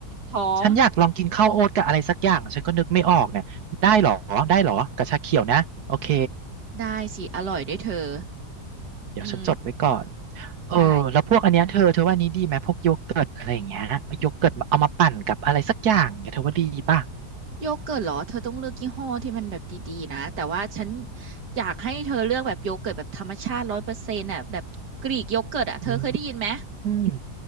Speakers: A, on the right; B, on the right.
A: ท้อง
B: ฉันอยากลองกินข้าวโอ๊ตกับอะไรสักอย่างฉันก็นึกไม่ออกเนี่ยได้เหรอได้เหรอกับชาเขียวนะโอเค
A: ได้สิอร่อยด้วยเธอ
B: เดี๋ยวฉันจดไว้ก่อน
A: อืม
B: เออแล้วพวกอันเนี้ยเธอเธอว่านี้ดีไหมพวกโยเกิร์ตอะไรอย่างเงี้ยโยเกิร์ตมาเอามาปั่นกับอะไรสักอย่างเนี่ยเธอว่าดีป่ะ
A: ใช่ โยเกิร์ตเหรอเธอต้องเลือกยี่ห้อที่มันแบบดีๆนะแต่ว่าฉันอยากให้เธอเลือกแบบโยเกิร์ตแบบธรรมชาติร้อยเปอร์เซ็นต์อ่ะแบบกรีกโยเกิร์ตอ่ะเธอเคยได้ยินไหม
B: อืม